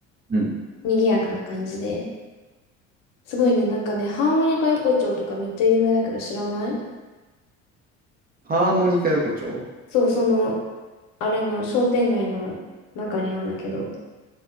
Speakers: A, on the right; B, on the left.
A: うん。
B: 賑やかな感じで。すごいね、なんかね、ハーモニカ横丁とかめっちゃ有名だけど知らない
A: ハーモニカ横丁
B: そう、その、あれの商店街の中にあんだけど。